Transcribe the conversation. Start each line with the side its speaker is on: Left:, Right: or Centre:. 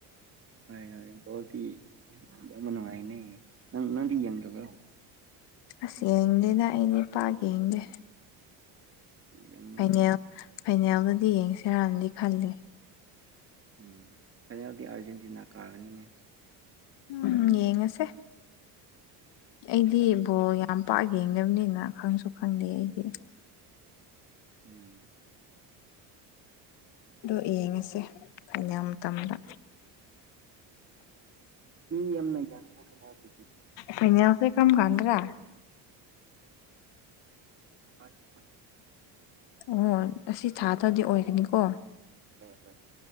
Right: ꯍꯣꯏ ꯍꯣꯏ ꯕꯣꯗꯤ ꯌꯥꯝꯅ ꯅꯨꯡꯉꯥꯏꯅꯦ ꯅꯪ ꯅꯪꯗꯤ ꯌꯦꯡꯗ꯭ꯔꯕ꯭ꯔꯣ
Left: ꯑꯁ ꯌꯦꯡꯗꯦꯅ ꯑꯩꯩꯅ ꯏꯄꯥ ꯌꯦꯡꯗꯦ
Right: ꯌꯦꯡꯉꯨꯅꯦ
Left: ꯐꯅꯦꯜ ꯐꯥꯏꯅꯦꯜꯗꯗꯤ ꯌꯦꯡꯁꯤꯔꯝꯗꯤ ꯈꯜꯂꯦ
Right: ꯎꯝ ꯐꯥꯏꯅꯦꯜꯗꯤ ꯑꯥꯔꯖꯦꯟꯇꯤꯅꯥ ꯀꯥꯒꯅꯤꯅꯦ
Left: ꯎꯝ ꯌꯦꯡꯉꯁꯦ ꯑꯩꯗꯤ ꯕꯣ ꯌꯥꯝ ꯄꯥꯛ ꯌꯦꯡꯗꯕꯅꯤꯅ ꯈꯪꯁꯨ ꯈꯪꯗꯦ ꯑꯩꯗꯤ
Right: ꯎꯝ
Left: ꯑꯗꯣ ꯌꯦꯡꯉꯁꯦ ꯑꯩꯅ ꯃꯇꯝꯗ
Right: ꯌꯥꯝ ꯌꯦ ꯐꯩꯅꯗꯤ
Left: ꯀꯌꯥꯁꯦ ꯀꯃ ꯀꯥꯟꯗ꯭ꯔꯥ
Right: ꯊꯥ ꯊꯦ
Left: ꯑꯣ ꯑꯁꯤ ꯊꯥꯗ꯭ꯔꯗꯤ ꯑꯣꯏꯒꯅꯤꯀꯣ
Right: ꯍꯣꯏ ꯍꯣꯏ